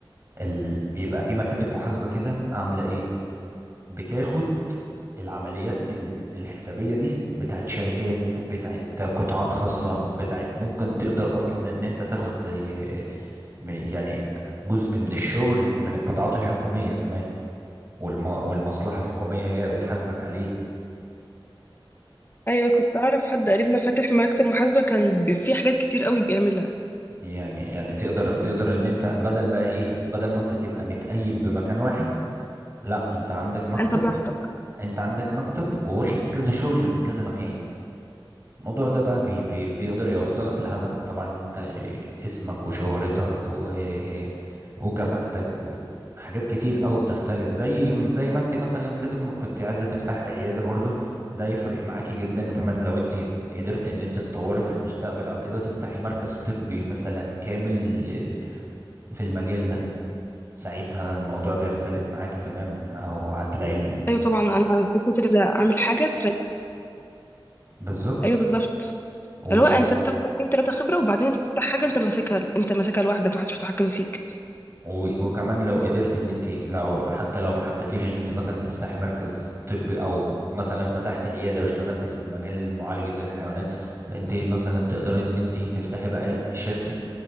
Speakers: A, on the right; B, on the left.
A: ال... بيبقى في مكاتب محاسبه كده عامله ايه بتاخد العمليات ال- الحسابية دي بتاعت شركات بتاعت قطاعات خاصة بتاعت ممكن تقدر أصلا إن أنت تاخد زي م- يعني جزء من الشغل من القطاعات الحكومية كمان والم- والمصلحة الحكومية هي بتحاسبك عليه
B: ايوه كنت اعرف حد قريبنا فاتح مكتب محاسبه كان بي- فيه حاجات كتير قوي بيعملها
A: يعني يعني تقدر تقدر ان انت بدل بقى ايه بدل ما انت تبقى متقيد بمكان واحد لا انت عندك مكتب
B: انت براحتك
A: انت عندك مكتب وواخد كذا شغل من كذا مكان الموضوع ده بقى بي بي بيقدر يوصلك لهدفك طبعا ان انت ج- اسمك وشهرتك و... وكفاءتك وحاجات كتير قوي بتختلف زي زي ما انت مثلا كده ما كنت عايزه تفتحي عياده برضو ده يفرق معاكي جدا كمان لو انت قدرت ان انت تطوري في المستقبل او كده تفتحي مركز طبي مثلا كامل لل- في المجال ده ساعتها الموضوع بيختلف معاكي تماما او هتلاقي ال...
B: ايوه طبعا انا فكره إن اعمل حاجه تريح
A: بالظبط
B: ايوه بالظبط
A: و... و...
B: اللي هو انت بتاخد اتنين تلاته خبره وبعدين انت بتفتح حاجه انت ماسكها انت ماسكها لوحدك محدش متحكم فيك
A: و- وكمان لو قدرت ان انت لو حتى لو ما حبيتيش ان انت مثلا تفتحي مركز طبي او مثلا فتحت عياده واشتغلت في مجال معالجه الحيوانات انت مثلا تقدري ان انت تفتحي بقى شركه